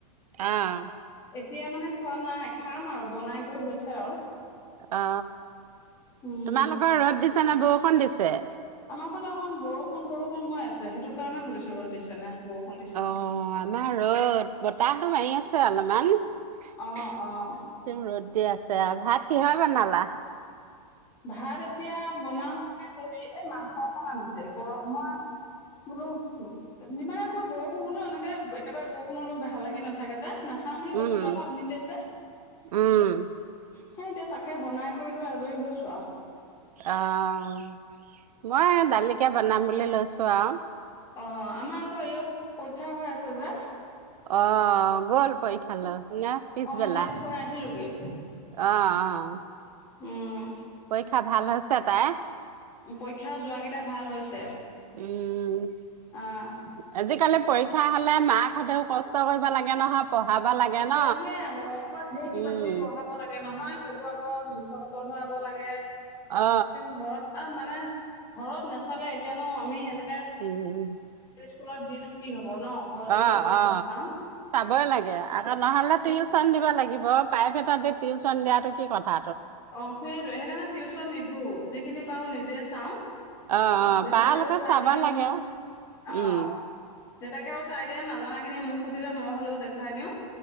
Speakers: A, on the right (about 75°); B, on the left (about 15°).
A: আহ
B: এতিয়া মানে খোৱা নাই খাম আৰু বনাই কৰি হৈছে আৰু
A: অ
B: উম।
A: তোমালোকৰ ৰ'দ দিছ এইপিনে বৰষুণ দিছে
B: আমাৰ ফালে অকণ বৰষুণ বৰষুণ হৈ আছে সেইটো কাৰণে সুধিছো ৰ'দ দিছে নে বৰষুণ দিছে।
A: অহ আমাৰ ৰ'দ বতাহটো মাৰি আছে অলপমান তেউ
B: অ', অ'।
A: ৰ'দ দি আছে আ ভাত কিহে বনালা
B: ভাত এতিয়া বনাও মানে হেৰি এই মাংস অকণ আনিছো গৰম মই বোলো যিমানে নহয় বৰষুণ হলেও এনেকে একেবাৰে বৰষুণ হলেও ভাল লাগি নাথাকে যে না নাখাও বুলি কৈছিলো
A: উম,
B: আকৌ আনিলে যে
A: উম,
B: খাই দে তাকে বনাই কৰি লৈ আজৰি হৈছো আৰু
A: অহ মই দালিকে বনাম বুলি লৈছো আৰু
B: অহ আমাক এও পৰীক্ষা হৈ আছে হাজা
A: অহ গ'ল পৰীক্ষালৈ <unintelligible> পিছবেলা,
B: অ' তাইক থৈ আহিলোগে।
A: অহ অহ
B: উম
A: পৰীক্ষা ভাল হৈছে তাইৰ
B: পৰীক্ষা যোৱা কেইটা ভাল হৈছে।
A: উম
B: অ'
A: আজিকালি পৰী পৰীক্ষা হ'লে মাক হতেও কষ্ট কৰিব লাগে নহয় পঢ়াব ন
B: লাগে আকৌ এবাৰত ধেৰ কিবা
A: উম
B: কিবি পঢ়াব লাগে নহয় সেইবোৰ আকৌ মুখস্ত ধৰাব লাগে সেইকাৰণে
A: অ
B: ঘৰত আহ মানে মানে ঘৰত নাচালে এতিয়ানো আমি এনে
A: উম উম
B: স্কুলত দিনো কি হ'ব হ'ব নহ ঘৰত যদি
A: অ
B: অকণমান
A: অ
B: নাচাও
A: চাবই লাগে আকৌ নহ'লে টিউশচন দিব লাগে লাগিব প্ৰাইভেটত দি টিউশচন দিয়াটো কি কথা
B: অহ সেইটোৱে সেইকাৰণে টিউশচন নিদো যিখিনি পাওঁ নিজে চাওঁ
A: অ অ
B: দেউতাকেও
A: পাৰালৈকে
B: চাই
A: চাব
B: দিয়ে মোক
A: লাগে
B: অহ
A: উম
B: দেউতাকেও চাই দিয়ে নাজানাখিনি মোক সুধিলে মই হ'লেও দেখুৱাই দিওঁ